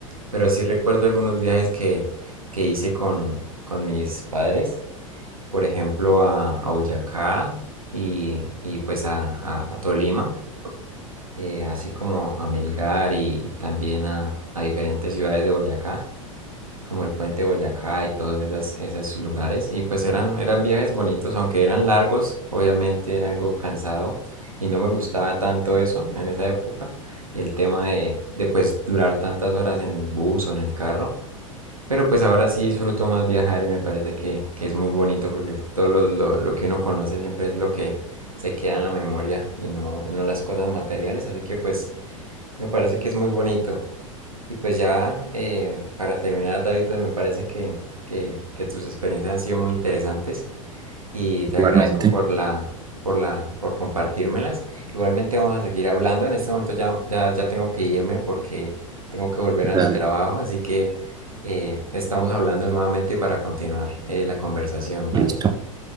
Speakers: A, on the right; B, on the right.
A: pero sí recuerdo algunos viajes que, que hice con, con mis padres, por ejemplo a, a Boyacá y, y pues a, a, a Tolima. eh, así como a Melgar y también a, a diferentes ciudades de Boyacá, como el puente de Boyacá y todos esas, esos lugares. Y pues eran, eran viajes bonitos, aunque eran largos, obviamente era algo cansado y no me gustaba tanto eso en esa época, el tema de, de pues durar tantas horas en el bus o en el carro. Pero pues ahora sí disfruto más viajar y me parece que, que es muy bonito porque todo lo, lo, lo que uno conoce siempre es lo que se queda en la memoria y no, no las cosas materiales. Así que pues me parece que es muy bonito. Y pues ya eh, para terminar, David, pues me parece que, que, que tus experiencias han sido muy interesantes y te
B: Igualmente.
A: agradezco por la, por la, por compartírmelas. Igualmente vamos a seguir hablando. En este momento ya, ya, ya tengo que irme porque tengo que volver a
B: Dale,
A: mi trabajo, así que eh, estamos hablando nuevamente para continuar eh, la conversación, ¿vale?
B: listo.